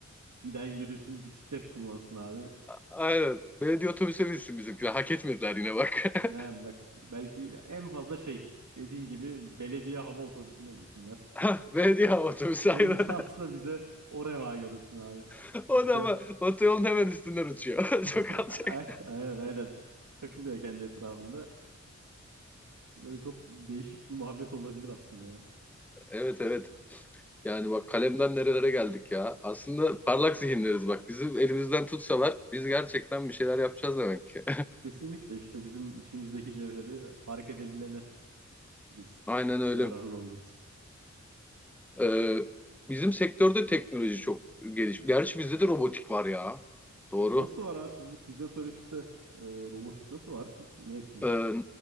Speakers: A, on the right; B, in the centre.
A: giden yürüsün bisiklet kullansın abi.
B: Aynen. Belediye otobüse binsin bizimkiler. Hak etmediler yine bak.
A: He,
B: <laughs>
A: bak belki en fazla şey dediğin gibi belediye hava otobüsüne binsinler. <laughs>
B: Ha, Belediye hava otobüsü
A: En
B: aynen.
A: fazla bize o reva görülsün abi.
B: <laughs>
A: Yoksa
B: O da ama otoyolun hemen üstünden uçuyor.
A: <laughs>
B: <laughs> Çok alçak.
A: A- aynen aynen takılıyor kendi etrafında. Böyle çok değişik bir muhabbet olabilir aslında ya.
B: Evet evet Yani bak kalemden nerelere geldik ya. Aslında parlak zihinleriz bak. Bizim elimizden tutsalar biz gerçekten bir şeyler yapacağız demek ki.
A: Kesinlikle işte bizim içimizdeki cevheri fark edebilene Biz
B: <laughs> Aynen öyle.
A: yararlı oluruz.
B: Ee, bizim sektörde teknoloji çok geliş. Gerçi bizde de robotik var ya. Doğru.
A: Nasıl var abi sizde fizyoterapiste e, robotik nasıl var? Ne etkiliyor?
B: Ee,